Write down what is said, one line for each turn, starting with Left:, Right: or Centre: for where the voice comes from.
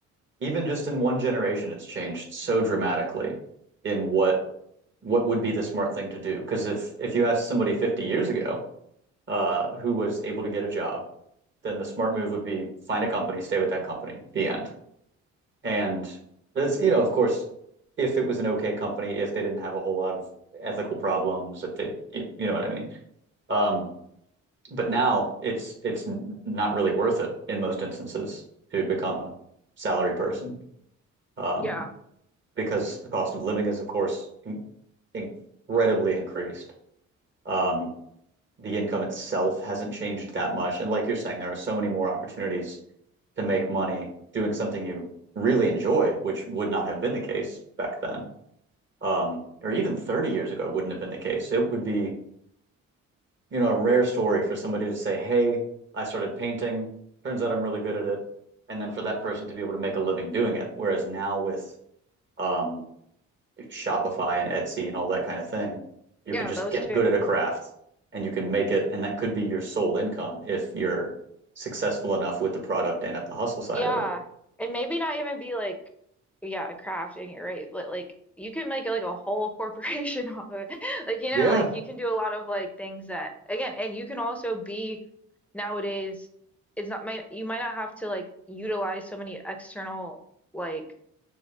Right: even just in one generation, it's changed so dramatically in what what would be the smart thing to do. Because if if you asked somebody 50 years ago uh, who was able to get a job, then the smart move would be find a company, stay with that company, the end. And that's, you know, of course, if it was an okay company, if they didn't have a whole lot of ethical problems, if they, you, you know what I mean. Um, but now it's it's not really worth it in most instances to become a salary person um,
Centre: yeah,
Right: because the cost of living is, of course, in- incredibly increased. Um, the income itself hasn't changed that much, and like you're saying, there are so many more opportunities to make money doing something you really enjoy, which would not have been the case back then. um, or even 30 years ago wouldn't have been the case. It would be, you know, a rare story for somebody to say, "Hey, I started painting. Turns out I'm really good at it," and then for that person to be able to make a living doing it. Whereas now with um, Shopify and Etsy and all that kind of thing, you
Centre: yeah,
Right: can just
Centre: those
Right: get
Centre: two.
Right: good at a craft and you can make it, and that could be your sole income if you're successful enough with the product and at the hustle side
Centre: Yeah,
Right: of it.
Centre: and maybe not even be like, yeah, crafting, you're right, but like you can make like a whole corporation <laughs> off of it. Like, you
Right: Yeah.
Centre: know, like you can do a lot of like things that again, and you can also be nowadays it's not might you might not have to like utilize so many external like